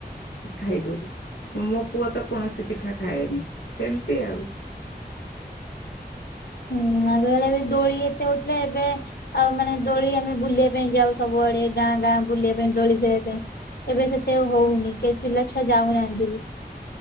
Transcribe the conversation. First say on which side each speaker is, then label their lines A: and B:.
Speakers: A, on the left; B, on the left.
A: ଖାଇବୁ ଉଠୁ। ମୋ ପୁଅ ତ କୌଣସି ପିଠା ଖାଏନି। ସେମିତି ଆଉ
B: ନୂଆଵେଳେବି ଦୋଳି ଏତେ ହୋଉଥିଲା, ଏବେ ଆଉ ମାନେ ଦୋଳି ଆମେ ବୁଲିବା ପାଇଁ ଯାଉ ସବୁଆଡ଼େ। ଗାଁ ଗାଁ ବୁଲିବା ପାଇଁ ଦୋଳି ଖେଳିବାପେ ଏବେ ସେତେ ଆଉ ହୋଉନି। କେହି ପିଲାଛୁଆ ଯାଉନାହାନ୍ତି ବି।